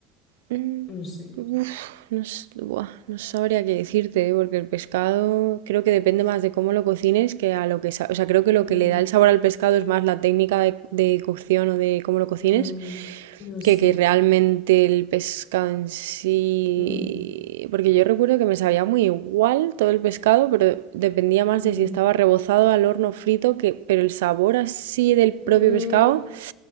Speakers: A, on the right; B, on the left.
A: Mm,
B: No sé.
A: uf, no, s- buah, no sabría qué decirte, ¿eh? Porque el pescado creo que depende más de cómo lo cocines que a lo que... sa- O sea, creo que lo
B: Mm,
A: que le da el sabor al pescado es más la técnica de, de cocción o de cómo lo cocines
B: am, no sé.
A: que que realmente el pescado en sí...
B: Mm,
A: Porque yo recuerdo que me sabía muy igual todo el pescado, pero dependía más
B: mm.
A: de si estaba rebozado al horno frito, que... pero el sabor así del
B: Mm,
A: propio pescado... <sighs>